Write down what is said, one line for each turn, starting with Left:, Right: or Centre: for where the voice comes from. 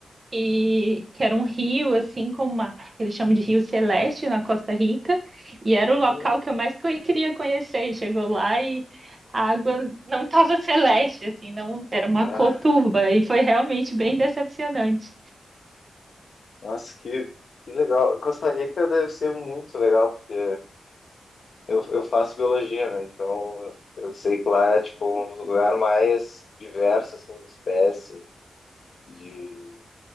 Right: que, que era um rio, assim, como uma, eles chamam de Rio Celeste, na Costa Rica, e era o local
Left: Hum.
Right: que eu mais co- queria conhecer. E Chegou lá e a água não estava celeste, assim, não, era uma
Left: Ah,
Right: cor turva, e foi realmente bem decepcionante.
Left: nossa, que que legal. Costa Rica deve ser muito legal porque eu, eu faço biologia, né? Então eu sei que lá é tipo um dos lugares mais diversos assim de espécies de